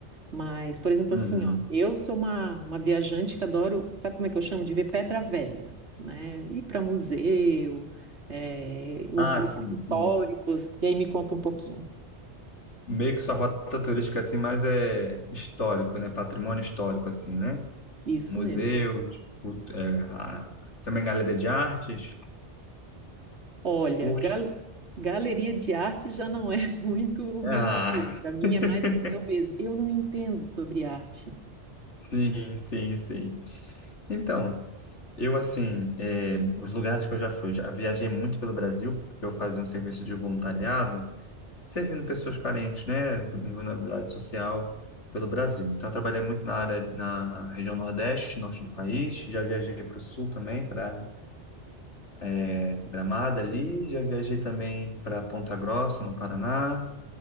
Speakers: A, on the right; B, on the left.
A: Mas, por exemplo,
B: Uhum.
A: assim, ó, eu sou uma, uma viajante que adoro, sabe como é que eu chamo? De ver pedra velha, né? Ir para museu, eh, lo-
B: Ah,
A: locais
B: sim,
A: históricos,
B: sim.
A: e aí me conta um pouquinho.
B: Meio que sua rota turística assim, mas é histórico, né? Patrimônio histórico assim, né?
A: Isso
B: Museus,
A: mesmo.
B: cultu- é, a- você é uma galeria de artes,
A: Olha,
B: curte.
A: gal- galeria de arte já não é <laughs> muito o meu
B: Ah.
A: estilo. Para mim
B: <laughs>
A: é mais museu mesmo. Eu não entendo sobre arte.
B: Sim, sim, sim. Então, eu assim, é, os lugares que eu já fui, já viajei muito pelo Brasil, porque eu fazia um serviço de voluntariado servindo pessoas carentes, né, em vulnerabilidade social pelo Brasil. Então, eu trabalhei muito na área, na região Nordeste, Norte do país, já viajei para o Sul também, para eh, Gramado ali, já viajei também para Ponta Grossa, no Paraná.